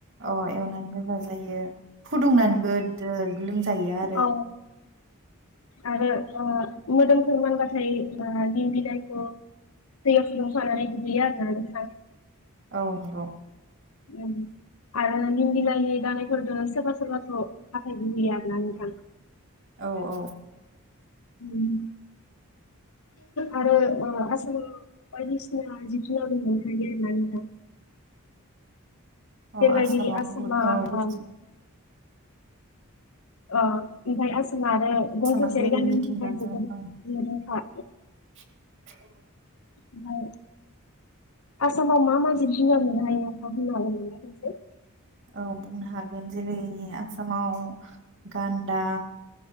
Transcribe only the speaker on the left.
औ आरो ओ मोदोमफोर मानबाथाय ओ निम बिलाइ खौ दैयाव फुदुंफानानै दुगैयो आरो ना नोंथां
उ आरो निम बिलाइनि दालायफोरदो सोरबा सोरबाथ' हाथाय होहैयो आरोना नोंथां
उम आरो आ मोसौ बायदिसिना जिब जुनारबो मोननो हायो आरो ना नोंथां जेरबायदि
आसामा
ओ ओ ओमफ्राय आसामा आरो
गं थसेयारि
गान्दानि
थाखाय जोबोद
मुदांखा
ओमफ्राय आसामाव मा मा जिब जुनार मोननो हायो? नोंथाङा बुंनो हागोनना खनसे